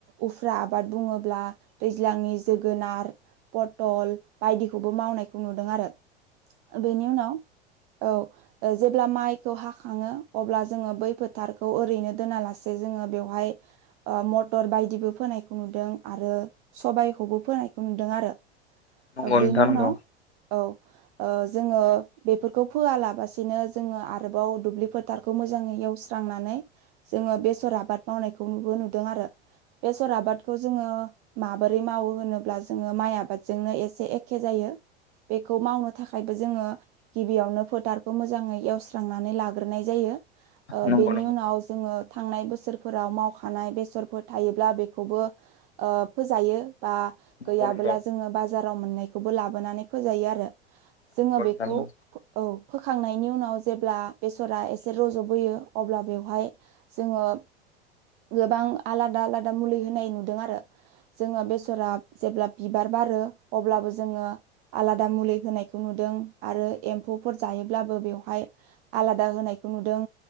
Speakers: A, on the right; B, on the left.
A: उफ्रा आबाद बुङोब्ला दै ज्लांनि जोगोनार फथल बायदिखौ बो मावनायखौ नुदों आरो बेनि उनाव औ ओ जेब्ला माइखौ हाखाङो अब्ला जोङो बै फोथारखौ ओरैनो दोनालासे जोङो बेव हाय मथर बायदिबो फोनायखौ नुदों आरो सबबायखौबो फोनायखौ नुदों आरो
B: मंगनथानद'
A: ओ बेनि उनाव औ ओ जोङो बेफोरखौ फोयालाबसिनो जोङो आरोबाव दुब्लि फोथारखौ मोजाङै एवस्रांनानै जोङो बेसर आबाद मावनायखौ नुबो नुदों आरो बेसर आबादखौ जोङो माबोरै मावो होनोब्ला जोङो माइ आबादजोंनो ए खे जायो बेखौ मावनो थाखायबो जोङो गिबियावनो फोथार खौ मोजाङै एवस्रांनानै लाग्रोनाय जायो ओ
B: नंगौ
A: बेनि उनाव जोङो थांनाय बोसोरफोराव मावखानाय बेसरफोर थायोब्ला बेखौबो ओ फोजायो बा
B: नंगौ
A: गैयाबोला
B: नोंथां
A: जोङो बाजाराव मोननायखौबो लाबोनानै फोजायो आरो जोङो
B: नंगौ नोंथां
A: बेखौ
B: नंगौ
A: औ फोखांनायनि उनाव जेब्ला बेसरा एसे रज'बोयो अब्ला बेवहाय जोङो गोबां आलादा आलादा मुलि होनाय नुदों आरो जोङो बेसरा जेब्ला बिबार बारो अब्लाबो जो ङो आलादा मुलि होनायखौ नुदों आरो एमफौफोर जायोब्लाबो बेवहाय आलादा होनायखौ नुदों